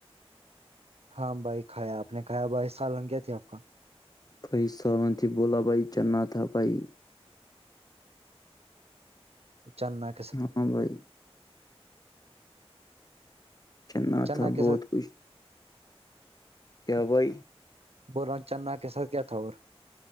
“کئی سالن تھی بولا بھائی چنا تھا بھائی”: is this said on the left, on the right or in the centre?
Left